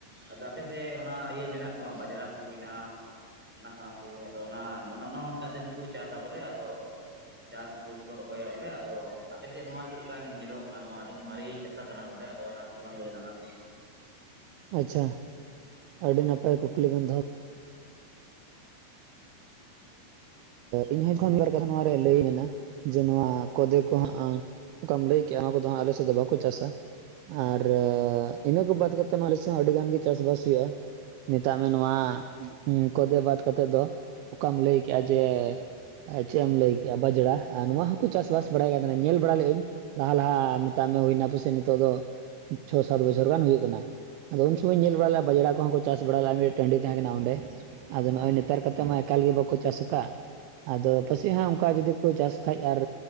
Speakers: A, in the centre; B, on the right.
A: ᱟᱫᱚ ᱟᱯᱮᱥᱮᱫ ᱚᱱᱟ ᱤᱭᱟᱹ ᱢᱮᱱᱟᱜ ᱟᱥᱮ ᱵᱟᱝ ᱵᱟᱡᱽᱲᱟ ᱠᱚ ᱦᱩᱭᱱᱟ ᱚᱱᱟ ᱥᱟᱶ ᱠᱚ ᱟᱫᱚ ᱚᱱᱟ ᱱᱚ ᱚᱱᱟ ᱱᱮᱛᱟᱨ ᱫᱤᱱ ᱠᱚ ᱪᱟᱥᱟ ᱵᱚᱞᱮ ᱟᱫᱚ ᱪᱟᱥ ᱯᱩᱥ ᱠᱚ ᱨᱚᱦᱚᱭᱟ ᱵᱚᱞᱮ ᱟᱫᱚ ᱟᱯᱮᱥᱮᱫ ᱱᱚᱣᱟ ᱪᱮᱫ ᱞᱮᱠᱟ ᱧᱮᱞᱚᱜ ᱠᱟᱱᱟ ᱱᱚᱣᱟ ᱟᱹᱰᱤ ᱢᱟᱨᱮ ᱪᱟᱥᱟ ᱠᱟᱱᱟ ᱵᱚᱞᱮ? ᱛᱚ ᱚᱱᱟ ᱛᱷᱚᱲᱟᱢ ᱞᱟᱹᱭ ᱞᱟᱝᱟ
B: ᱟᱪᱪᱷᱟ ᱟᱹᱰᱤ ᱱᱟᱯᱟᱭ ᱠᱩᱠᱞᱤ ᱵᱮᱱ ᱫᱚᱦᱚ ᱤᱧᱦᱚᱸ ᱡᱚᱠᱷᱚᱱ ᱢᱤᱫ ᱵᱟᱨ ᱠᱟᱛᱷᱟ ᱱᱚᱣᱟᱨᱮ ᱞᱟᱹᱭ ᱢᱮ ᱱᱟ ᱱᱚᱣᱟ ᱠᱚᱫᱮ ᱠᱚ ᱦᱟᱸᱜ ᱚᱠᱟᱢ ᱞᱟᱹᱭ ᱠᱮᱜ ᱟ ᱚᱱᱟ ᱠᱚᱫᱚ ᱦᱟᱸᱜ ᱟᱞᱮᱥᱮᱫ ᱫᱚ ᱵᱟᱠᱚ ᱪᱟᱥᱟ ᱟᱨ ᱤᱱᱟᱹ ᱠᱚ ᱵᱟᱫ ᱠᱟᱛᱮᱫ ᱱᱚᱣᱟᱸ ᱟᱞᱮ ᱥᱮᱫ ᱦᱚᱸ ᱟᱹᱰᱤ ᱜᱟᱱ ᱜᱮ ᱪᱟᱥ-ᱵᱟᱥ ᱦᱩᱭᱩᱜᱼᱟ ᱢᱮᱛᱟᱜ ᱢᱮ ᱱᱚᱣᱟ ᱠᱚᱫᱮ ᱵᱟᱫ ᱠᱟᱛᱮᱫ ᱫᱚ ᱚᱠᱟᱢ ᱞᱟᱹᱭ ᱠᱮᱜᱼᱟ ᱡᱮ ᱟᱨ ᱪᱮᱫ ᱮᱢ ᱞᱟᱹᱭ ᱠᱮᱫᱼᱟ ᱵᱟᱡᱽᱲᱟ ᱟᱨ ᱱᱚᱣᱟ ᱦᱚᱸᱠᱚ ᱪᱟᱥ-ᱵᱟᱥ ᱵᱟᱲᱟᱭᱟ ᱠᱟᱱ ᱛᱟᱦᱮᱱᱟ ᱧᱮᱞ ᱵᱟᱲᱟ ᱞᱮᱫ ᱟᱹᱧ ᱞᱟᱦᱟ ᱻᱞᱟᱦᱟ ᱢᱮᱛᱟᱜ ᱢᱮ ᱦᱩᱭ ᱱᱟ ᱯᱟᱥᱮ ᱱᱤᱛᱚᱜ ᱫᱚ ᱪᱷᱚ ᱥᱟᱛ ᱵᱚᱪᱷᱚ ᱡᱷᱚᱨᱜᱟᱱ ᱦᱩᱭᱩᱜ ᱠᱟᱱᱟ ᱟᱫᱚ ᱩᱱ ᱥᱚᱢᱚᱭᱤᱧ ᱧᱮᱞ ᱵᱟᱲᱟ ᱞᱮᱫᱟ ᱵᱟᱡᱽᱲᱟ ᱠᱚᱦᱚᱸ ᱠᱚ ᱪᱟᱥ ᱵᱟᱲᱟ ᱞᱮᱫᱼᱟ ᱢᱤᱫ ᱴᱟᱺᱰᱤ ᱛᱟᱦᱮᱸ ᱠᱟᱱᱟ ᱚᱸᱰᱮ᱾ ᱟᱫᱚ ᱱᱚᱜᱼᱚᱭ ᱱᱮᱛᱟᱨ ᱠᱟᱛᱮ ᱢᱟ ᱮᱠᱟᱞ ᱜᱮ ᱵᱟᱠᱚ ᱪᱟᱥ ᱠᱟᱫ᱾ ᱟᱫᱚ ᱯᱟᱥᱮᱜ ᱦᱟᱸ ᱚᱱᱠᱟ ᱡᱩᱫᱤ ᱠᱚ ᱪᱟᱥ ᱠᱷᱟᱡ ᱟᱨ